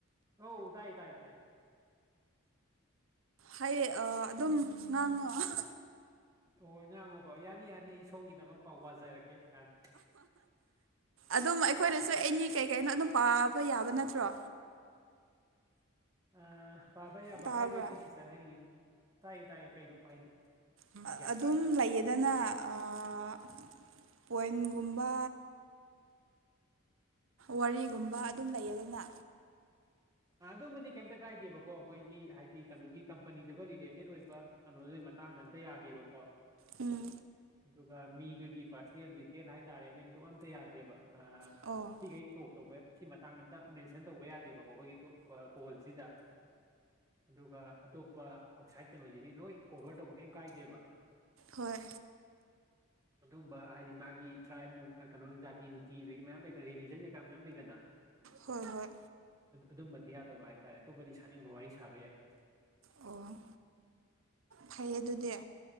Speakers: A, on the right; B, on the right.
A: ꯑꯧ ꯇꯥꯏ ꯇꯥꯏ ꯇꯥꯏ
B: ꯍꯩꯌꯦ ꯑꯥ ꯑꯗꯨꯝ ꯉꯥꯡꯉꯣ <unintelligible>
A: ꯑꯣ ꯉꯥꯡꯉꯣꯕ ꯌꯥꯅꯤ ꯌꯥꯅꯤ ꯑꯩ ꯁꯣꯝꯒꯤꯗꯃꯛ ꯄꯥꯎ ꯄꯖꯥꯔꯛꯀꯦ ꯌꯥꯅꯤ
B: ꯑꯗꯨꯝ ꯑꯩꯈꯣꯏꯅꯁꯨ ꯑꯦꯅꯤ ꯀꯩ ꯀꯩꯅꯣ ꯑꯗꯨꯝ ꯄꯥꯕ ꯌꯥꯕ ꯅꯠꯇ꯭ꯔꯣ?
A: ꯑꯥ ꯄꯥꯕ ꯌꯥꯕ
B: ꯇꯥꯕ꯭ꯔꯥ
A: ꯍꯥꯏꯕꯗꯤ ꯁꯤꯁꯇꯔꯅ ꯍꯥꯏꯅꯤꯡꯉꯤ ꯇꯥꯏꯌꯦ ꯇꯥꯏꯌꯦ ꯀꯩꯅꯣ ꯍꯥꯏꯗꯤ
B: ꯑꯥ
A: ꯑꯩ
B: ꯑꯥ
A: ꯒ꯭ꯌꯥꯟ
B: ꯑꯗꯨꯝ
A: ꯇꯥꯗ꯭ꯔꯦ
B: ꯂꯩꯌꯦꯗꯅ ꯑꯥ ꯄꯣꯏꯝ ꯒꯨꯝꯕ ꯋꯥꯔꯤꯒꯨꯝꯕ ꯑꯗꯨꯝ ꯂꯩꯌꯦꯗꯅ
A: ꯑꯥ ꯑꯗꯨꯝꯃꯗꯤ ꯀꯦꯝꯇ ꯀꯥꯏꯗꯦꯕꯀꯣ ꯃꯣꯏꯒꯤ ꯍꯥꯏꯗꯤ ꯀꯩꯅꯣꯒꯤ ꯀꯝꯄꯅꯤꯗꯨꯒ ꯔꯤꯂꯦꯇꯦꯠ ꯑꯣꯏꯕ ꯀꯩꯅꯣꯗꯨꯏ ꯃꯇꯥꯡꯗ ꯑꯝꯇ ꯌꯥꯗꯦꯕꯀꯣ
B: ꯎꯝ
A: ꯑꯗꯨꯒ ꯃꯤꯗꯨꯒꯤ ꯄꯥꯔꯁ꯭ꯅꯦꯜ ꯗꯤꯇꯦꯜ ꯍꯥꯏꯇꯥꯔꯦꯅꯦ ꯑꯗꯨ ꯑꯝꯇ ꯌꯥꯗꯦꯕ ꯑꯥ
B: ꯑꯣ
A: ꯁꯤꯈꯩ ꯇꯣꯛ ꯇꯧꯕ ꯁꯤ ꯃꯇꯥꯡꯗ ꯑꯝꯇ ꯃꯦꯟꯁꯟ ꯇꯧꯕ ꯌꯥꯗꯦꯕꯀꯣ ꯑꯩꯈꯣꯏꯒꯤ ꯇꯣꯛ ꯑꯥ ꯀꯣꯜꯁꯤꯗ ꯑꯗꯨꯒ ꯑꯇꯣꯞꯄ ꯑꯥꯎꯠꯁꯥꯏꯠ ꯀꯩꯅꯣꯁꯤꯗꯤ ꯂꯣꯏ ꯀꯣꯚꯔ ꯇꯧꯕ ꯀꯩꯏꯝ ꯀꯥꯏꯗꯦꯕ
B: ꯍꯣꯏ
A: ꯑꯗꯨꯝꯕ ꯍꯥꯏꯗꯤ ꯃꯥꯒꯤ ꯇ꯭ꯔꯥꯏꯕ ꯅꯨꯡ ꯀꯩꯅꯣ ꯖꯥꯇꯤ ꯅꯨꯡꯇꯤ ꯑꯗꯒꯤ ꯃꯌꯥꯝ ꯂꯩꯗꯅ ꯔꯤꯂꯤꯖꯟ ꯀꯩꯀꯥ ꯃꯌꯥꯝ ꯂꯩꯗꯅ
B: ꯍꯣꯏ ꯍꯣꯏ
A: ꯑꯗꯨꯝꯕꯗꯤ ꯌꯥꯗꯕ ꯍꯥꯏꯇꯥꯔꯦ ꯑꯇꯣꯞꯄꯗꯤ ꯁꯥꯅꯤꯡꯕ ꯋꯥꯔꯤ ꯁꯥꯕ ꯌꯥꯏ
B: ꯑꯣ ꯐꯩꯌꯦ ꯑꯗꯨꯗꯤ